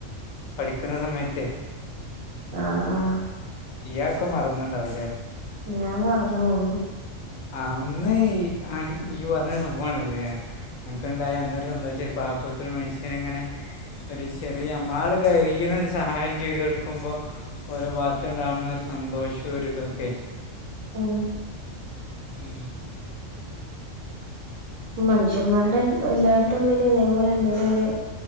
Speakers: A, on the left; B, on the right.
A: പഠിക്കുന്ന സമയത്ത്
B: ആ ആ
A: ഈ അതൊക്കെ മറന്നുണ്ടാവും അല്ലെ
B: ഞാൻ മറന്നു പോകുന്നു
A: അന്ന് നീ ആ ഈ പറഞ്ഞൊരു സംഭവണിത് അനക്കുണ്ടായ അന്നൊരു സന്തോഷം ഒരു പാവപ്പെട്ട ഒരു മനുഷ്യനെ ഇങ്ങനെ ഒരു ചെറിയ നമ്മളാൽ കഴിയണ ഒരു സഹായം ചെയ്ത കൊടു ക്കുമ്പോ ഒരേ ഭാഗത്തു ഉണ്ടാവുന്ന ഒരു സന്തോഷവും ഒരു ഇതൊക്കെ
B: ഉം
A: ഉം
B: മനുഷ്യന്മാരുടെ എല്ലാവരുടെ ഉള്ളിലും ഇതേപോലെ എന്തേലും ഒരു